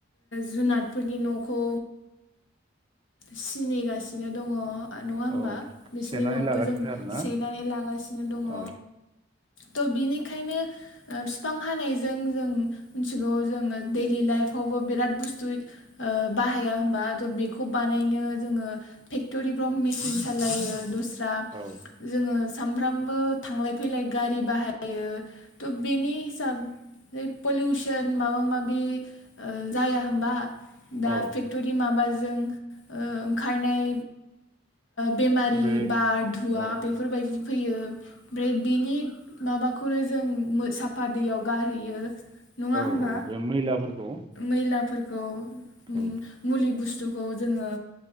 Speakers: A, on the left; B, on the right.
A: जुनादफोरनि नखौ सि नेगासिनो दङ। नङा होमबा
B: औ
A: बिसोरनि
B: सेनानै
A: न'खौ
B: लागासिनो
A: जों
B: आरोना
A: सेनानै लागासिनो दङ।
B: औ
A: थ' बिनिखायनो ओ फिफां हानायजों जों मिथिगौ जोङो दैडलि लाइफावबो बिराद बुस्थु बाहाया होमबा' बेखौ बानायनो जोङो फेक्ट'रि <inaudible> मेसिन सालायो दस्रा
B: औ
A: दा जोंड़ो- सामफ्रामबो थांलाय फैलाय गारि बाहायो थ' बेनि हिसाबै पलिउसन माबा माबि जाया होमबा? दा
B: औ
A: फेक्टरि माबा जों ओ ओंखारनाय बेमारि
B: बे
A: बा धुवा
B: औ
A: फैयो ओमफ्राय बेनि माबाखौनो जों साफा दैयाव गारहैयो। नङा
B: औ
A: होमबा
B: औ बे मैलाफोरखौ
A: मैलाफोरखौ। अ। उम
B: औ
A: मुलि बुसतु बुस्थुखौ जोङो